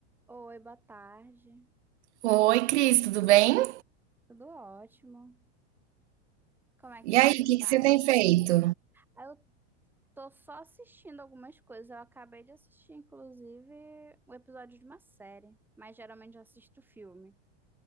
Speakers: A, in the centre; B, on the right (about 80°).
A: Oi, boa tarde.
B: Oi, Cris, tudo bem?
A: Tudo ótimo. Como é que
B: E
A: você
B: aí, o que
A: tá?
B: que você tem feito?
A: Ah, Eu tô só assistindo algumas coisas. Eu acabei de assistir, inclusive, um episódio de uma série, mas geralmente eu assisto filme.